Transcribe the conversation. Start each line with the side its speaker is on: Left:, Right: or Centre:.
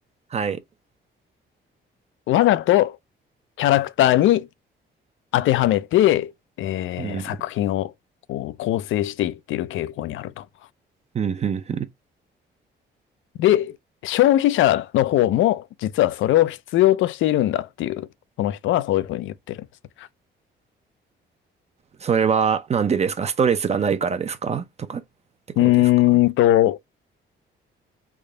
Right: あ、はい。
Left: わざとキャラクターに当てはめて、えー作品をこう構成していっている傾向にあると。
Right: うん、うん、うん、うん。
Left: で、消費者の方も実はそれを必要としているんだっていう、その人はそういうふうに言ってるんですね。
Right: それはなんでですかストレスがないからですかとかってことですか
Left: うーんと、